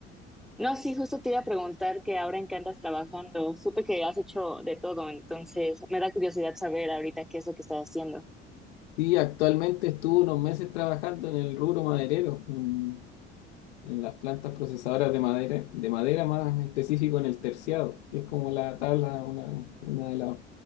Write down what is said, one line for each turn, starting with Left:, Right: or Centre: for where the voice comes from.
Centre: no, sí, justo te iba a preguntar que ahora en qué andas trabajando. Supe que has hecho de todo, entonces me da curiosidad saber ahorita qué es lo que estás haciendo.
Left: Sí, actualmente estuve unos meses trabajando en el rubro maderero, en, en las plantas procesadoras de madera, de madera más específico en el terciado, que es como la tabla, una, una de las,